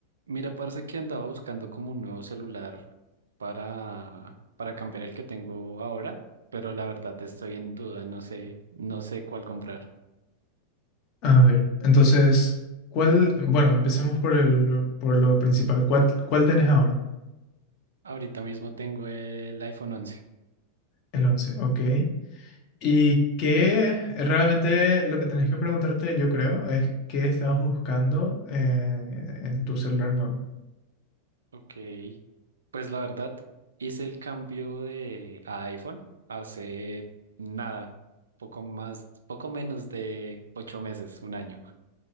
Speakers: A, on the right; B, on the left.
A: Mira, parece que andaba buscando como un nuevo celular para, para cambiar el que tengo ahora, pero la verdad estoy en duda, no sé, no sé cuál comprar.
B: A ver, entonces, ¿cuál? Bueno, empecemos por el, por lo principal. ¿Cuál, cuál tenés ahora?
A: Ahorita mismo tengo el iPhone 11.
B: El once, ok. Y que realmente lo que tenés que preguntarte, yo creo, es qué estás buscando eh, en tu celular nuevo.
A: Ok, pues la verdad hice el cambio de a iPhone hace nada, poco más, poco menos de ocho meses, un año,